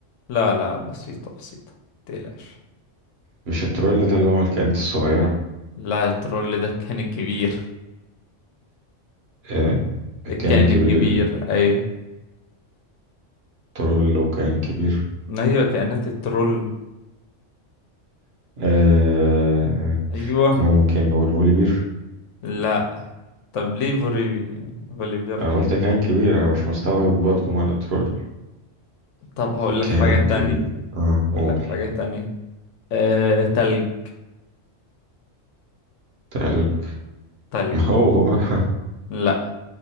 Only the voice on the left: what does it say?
لا لا بسيطة بسيطة متقلقش
لا الترول ده كان الكبير
الكائن
الكبير ايوه
ما هي كائنات الترول
ايوه
لا طب ليه فوليبي فوليبير
طب هقول لك
حاجة تانية
هقول لك حاجة تانية آه... تلج
تلج
لا